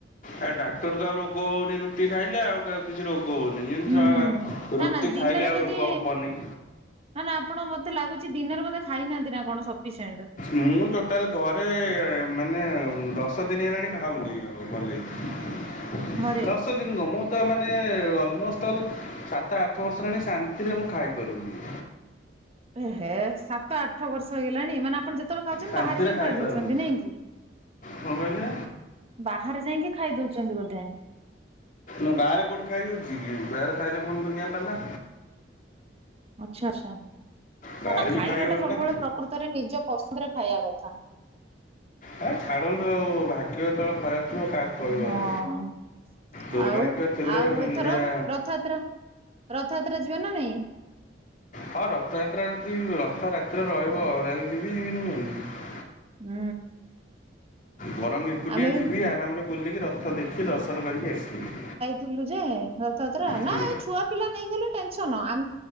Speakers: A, on the left; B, on the right.
A: ଆ ଡାକ୍ତର କୁ ଆଉ ରୋଗ ହଉନି ରୁଟି ଖାଇଲେ ଆଉ କିଛି ରୋଗ ହଉନି। <unintelligible>
B: ହୁଁ ନା
A: ରୁଟି
B: ନା ଦିନରେ
A: ଖାଇଲେ ଆଉ
B: ଯଦି
A: ରୋଗ ହବନେଇ।
B: ନା ନା ଆପଣ ମତେ ଲାଗୁଛି ଦିନରେ ବୋଧେ ଖାଇନାହାନ୍ତି ନା କଣ ସଫିସେଣ୍ଟ।
A: ମୁଁ ଟୋଟାଲ ଘରେ ମାନେ ଦଶ ଦିନ ହେଲାଣି ଖାଉନି ଆଉ ଭାଲେଇକି।
B: ଘରେ।
A: ଦସଦିନ କଣ ମୁ ତ ମାନେ ଅଲମୋଷ୍ଟ ଅଲ ସାତ ଆଠ ବର୍ଷ ହେଲାଣି ଶାନ୍ତିରେ ମୁଁ ଖାଇପାରୁନି।
B: ଏ ହେ ସାତ ଆଠ ବର୍ଷ ହେଇଗଲାଣି ମାନେ ଆପଣ ଯେ ଯେତେବେଳେ ଖାଉଛନ୍ତି
A: ଶାନ୍ତିରେ
B: ବାହାରେ ଯାଇକି
A: ଖାଇପାରୁନି।
B: ଖାଇ ଦଉଛନ୍ତି ନାଇଁ କି?
A: କଣ କହିଲେ
B: ବାହାରେ ଯାଇକି ଖାଇ ଦଉଛନ୍ତି ବୋଧେ।
A: ନା ବାହାରେ କୋଉଠି ଖାଇ ହଉଛି କି? ବାହାରେ ଖାଇଲେ ପୁଣି ଦୁନିଆ ପାଲା।
B: ଆଚ୍ଛା ଆଛା ନା-
A: ବାହାରେ
B: ନା ଖାଇବାଟା
A: ବି ଖାଇ ହେଉନି
B: ସବୁବେଳେ,
A: ନା
B: ପ୍ରକୃତରେ ନିଜ ପସନ୍ଦରେ ଖାଇବା କଥା।
A: ଆ ଛାଡ଼ନ୍ତୁ ଆଉ ଭାଗ୍ୟ ଯେତେବେଳେ ଖରାପ ମୁଁ ଆଉ କାହାକୁ କହିବି
B: ହଁ।
A: ଆଉ, ଦୁର୍ଭାଗ୍ୟ
B: ଆଉ
A: ଥିଲେ
B: ଆଉ
A: ଏମିତିଆ
B: ଏଥର ରଥଯାତ୍ରା ରଥଯାତ୍ରା ଯିବେ ନା ନାଇଁ?
A: ହଁ ରଥଯାତ୍ରା ଯଦି ରଥ ରାତିରେ ରହିବ, ତାହେଲେ ଯିବି ଯିବିନି କାଇଁକି।
B: ହୁଁ।
A: ବରଂ ଏକୁଟିଆ
B: ଆମେ ବି
A: ଯିବି, ଆରାମରେ ବୁଲିକି ରଥ ଦେଖି ଦର୍ଶନ କରିକି ଆସିବି।
B: ଥିଲୁ ଯେ ରଥଯାତ୍ରା,
A: ହୁଁ
B: ନାଁ ଏଇ ଛୁଆ ପିଲା ନେଇକି ଗଲେ ଟେନସନ। ଆମ